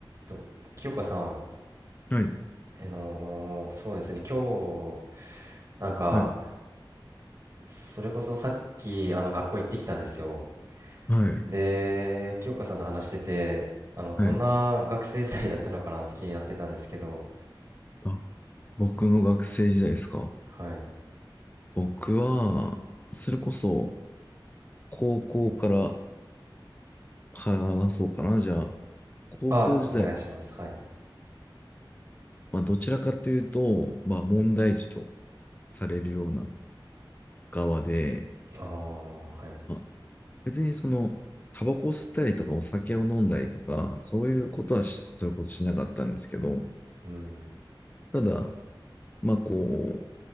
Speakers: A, on the right (about 40°); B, on the left (about 20°).
A: と、清香さん、
B: はい、
A: あのーそうですね、今日、なんか、
B: はい、
A: それこそさっき、あの、学校行ってきたんですよ。
B: はい、
A: で、清香さんと話してて、あの、どんな学生時代だったのかなって気になってたんですけど、
B: はい。あ、僕の学生時代ですか。
A: はい。
B: 僕は、それこそ、高校から話そうかな。じゃあ、高校時代、
A: あ、お願いします。はい。
B: まあ、どちらかというと、まあ、問題児とされるような側で、
A: ああ、はい。
B: まあ、別にその、タバコ吸ったりとかお酒を飲んだりとか、そういうことはし、そういうことしなかったんですけど、
A: うん、
B: ただ、まあ、こ